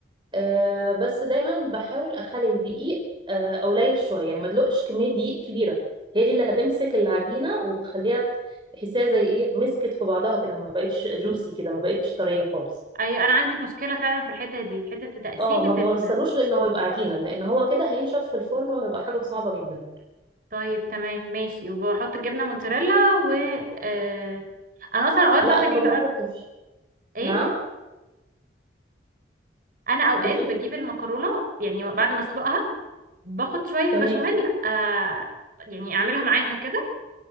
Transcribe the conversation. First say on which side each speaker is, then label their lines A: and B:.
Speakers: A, on the right; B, on the right.
A: أه بس دايما بحاول اخلي الدقيق آه، قليل شويه يعني ما ادلقش كميه دقيق كبيره هي دي اللي هتمسك العجينه وبتخليها تحسيها زي ايه مسكت في بعضها كده ما بقتش جوسي كده ما بقتش طريه خالص
B: ايوه انا عندي مشكله فعلا في الحته دي في حته تقسيمه
A: اه ما بوصلوش
B: ال...
A: لانه هيبقى عجينه لان هو كده هينشف في الفرن وهيبقى حاجه صعبه جدا
B: طيب تمام ماشي وبحط الجبنه موتزاريلا و آه... انا اصلا اوقات
A: لا
B: بعمل
A: انا
B: ايه
A: ما
B: بقى
A: بحطش
B: ايه
A: نعم
B: انا اوقات
A: بتقولي
B: بجيب المكرونه يعني بعد ما اسلقها باخد شويه
A: تمام
B: بشاميل آه... يعني اعملها معاها كده